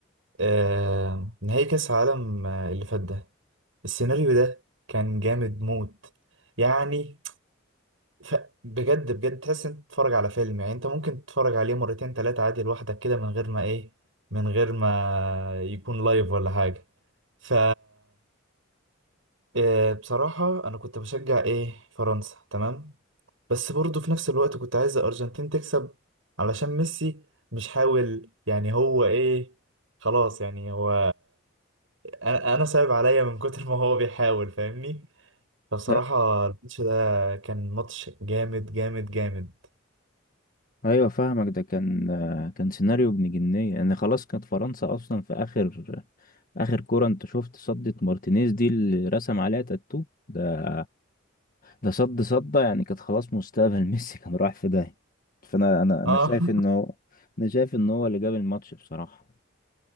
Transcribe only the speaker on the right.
آه، نهائي كاس العالم آه، اللي فات ده السيناريو ده كان جامد موت يعني ف... بجد بجد تحس انت بتتفرج على فيلم يعني انت ممكن تتفرج عليه مرتين تلاتة عادي لوحدك كده من غير ما ايه من غير ما يكون لايف ولا حاجة ف آه، بصراحة انا كنت بشجع ايه فرنسا تمام بس برضه في نفس الوقت كنت عايز الارجنتين تكسب علشان ميسي مش حاول يعني هو ايه خلاص يعني هو انا انا صعب عليا من كتر ما هو بيحاول فاهمني فبصراحة
الماتش ده كان ماتش جامد جامد جامد
اه
<laughs>